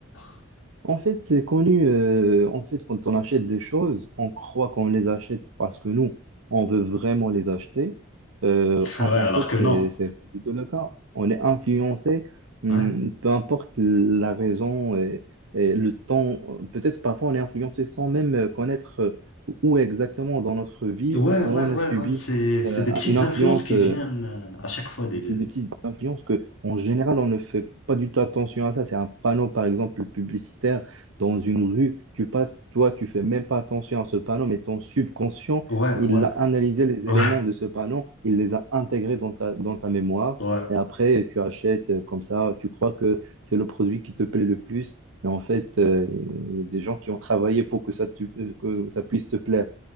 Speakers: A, on the left (about 70°); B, on the right (about 70°).
A: <laughs>
B: En fait, c'est connu. euh, en fait, quand on achète des choses, on croit qu'on les achète parce que nous, on veut vraiment les acheter. Euh, en,
A: Ouais, alors
B: en fait,
A: que
B: c'est,
A: non.
B: c'est pas du tout le cas. On est influencé, hum,
A: Ouais.
B: peu importe la raison et, et le temps. Peut-être parfois on est influencé sans même euh, connaître euh, où exactement dans notre vie
A: Ouais,
B: on,
A: ouais,
B: on
A: ouais,
B: a subi
A: ouais. C'est, c'est
B: euh,
A: des petites
B: une influence
A: influences qui
B: euh,
A: viennent euh, à chaque fois des...
B: c'est des petites influences que, en général, on ne fait pas du tout attention à ça. C'est un panneau, par exemple, publicitaire dans une rue. Tu passes, toi, tu fais même pas attention à ce panneau, mais ton subconscient,
A: Ouais,
B: il
A: ouais,
B: a analysé les
A: ouais,
B: éléments de ce panneau, il les a intégrés dans ta, dans ta mémoire.
A: ouais.
B: Et après, tu achètes euh, comme ça, tu crois que c'est le produit qui te plaît le plus. Mais en fait, euh, il y a des gens qui ont travaillé pour que ça, te- euh, que ça puisse te plaire.